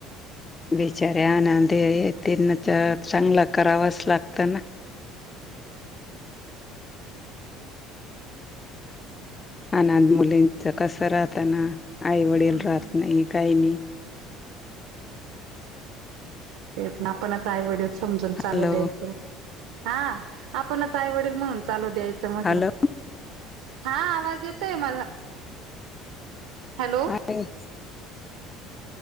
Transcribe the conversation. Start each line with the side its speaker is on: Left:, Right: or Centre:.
Left: बिचाऱ्या आनंदे य त्याना चांगला करावाच लागत ना. अनाथ मुलींच कस राहताना आई वडील
Right: हम्म
Left: राहत नाही काही नाही.
Right: तेच ना कोणाचे आईवडील समजून चालू
Left: हॅलो
Right: द्यायचं. हा आपणच आईवडील म्हणून चालू द्यायचं म्हटलं.
Left: हॅलो
Right: हा आवाज येतोय मला हॅलो.
Left: <inaudible>